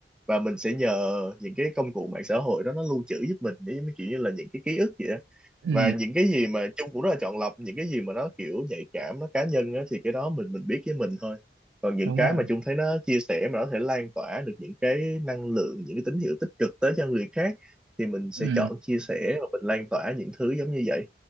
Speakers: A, in the centre; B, on the right.
A: và mình sẽ nhờ những cái công cụ mạng xã hội đó nó lưu trữ giúp mình với mấy kiểu như là những cái ký ức vậy đó
B: ừ
A: và những cái gì mà Chung cũng rất là chọn lọc những cái gì mà nó kiểu nhạy cảm nó cá nhân á, thì cái đó mình mình biết với mình thôi còn những
B: đúng
A: cái
B: rồi
A: mà Chung thấy nó chia sẻ mà nó có thể lan tỏa được những cái năng lượng những cái tín hiệu tích cực tới cho người khác thì mình sẽ
B: ừ
A: chọn chia sẻ và mình lan tỏa những thứ giống như vậy